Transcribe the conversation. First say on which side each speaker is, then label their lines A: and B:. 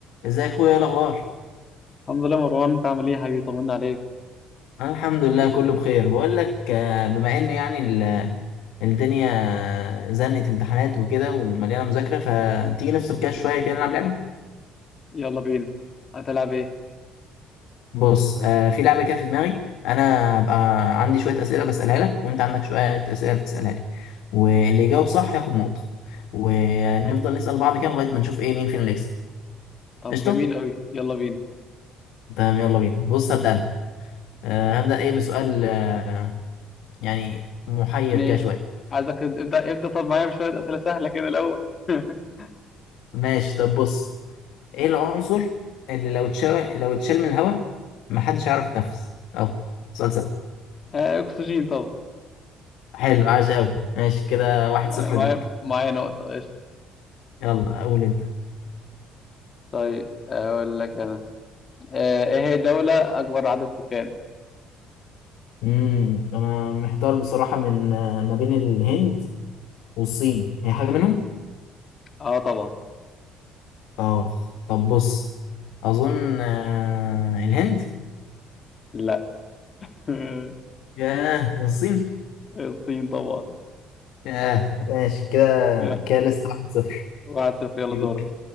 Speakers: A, on the left; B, on the left.
A: ازاي يا اخويا ايه الاخبار
B: الحمد لله مروان انت عامل ايه يا حبيبي طمنا عليك
A: انا الحمد لله كله بخير بقول لك آه، بما ان يعني ال- الدنيا زنت امتحانات وكده ومليانه مذاكره فتيجي نفصل كده شويه كده نلعب لعبه
B: يلا بينا هتلعب ايه
A: بص آه، في لعبه كده في دماغي انا هبقى عندي شويه اسئله بسالها لك وانت عندك شويه اسئله بتسالها لي واللي يجاوب صح ياخد نقطه ونفضل نسال بعض كده لغايه ما نشوف ايه مين فينا اللي يكسب
B: طب
A: قشطه
B: جميل قوي يلا بينا
A: تمام يلا بينا بص هبدا انا آه، هبدا ايه بسؤال آه، يعني محير
B: يعني
A: كده شويه
B: عايزك ابدا ابدا طب معايا بشويه اسئله سهله كده الاول <laughs>
A: ماشي طب بص ايه العنصر اللي لو اتشال لو اتشال من الهواء محدش هيعرف يتنفس اهو سؤال سهل
B: آه اكسجين طبعا
A: حلو عاش قوي ماشي كده واحد
B: آه
A: صفر
B: معايا
A: ليك
B: معايا نقطه قشطه
A: يلا قول انت
B: طيب اقول لك انا آه ايه هي الدوله اكبر عدد سكان
A: امم انا محتار بصراحة من آه، ما بين الهند والصين هي حاجة منهم
B: اه طبعا
A: اه طب بص اظن آه الهند
B: لا <laughs>
A: ياه الصين
B: الصين طبعا
A: ياه ماشي كده
B: يلا،
A: كده لسه واحد صفر
B: واحد صفر يلا
A: ليك
B: دور